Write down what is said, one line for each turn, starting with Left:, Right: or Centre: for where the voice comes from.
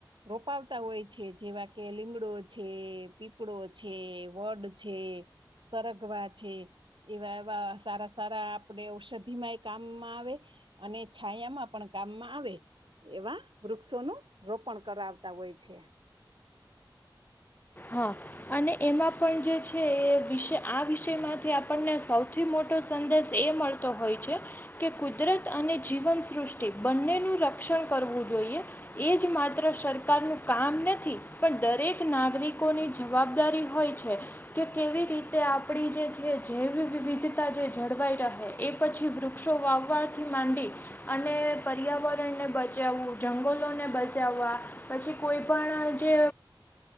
Right: રોપાવતા હોય છે, જેવા કે લીમડો છે, પીપળો છે, વડ છે. સરગવા છે. એવા, એવા, સારા-સારા આપણે ઔષધિમાં એ કામમાં આવે. અને છાયામાં પણ કામમાં આવે. એવા વૃક્ષોનું રોપણ કરાવતા હોય છે.
Left: હા. અને એમાં પણ જે છે, એ વિશે આ વિષયમાંથી આપણને સૌથી મોટો સંદેશ એ મળ તો હોય છે. કે કુદરત અને જીવન સૃષ્ટિ બંનેનું રક્ષણ કરવું જોઈએ. એજ માત્ર સરકાર નું કામ નથી, પણ દરેક નાગરિક કોની જવાબદારી હોય છે? કે કેવી રીતે આપણી જે છે, જૈવ વિવિધતા જે જળવાઈ રહે. એ પછી વૃક્ષો વાવાથી માંડી. અને પર્યાવરણને બચાવવું, જંગલોને બચાવવા. પછી કોઈ પણ જે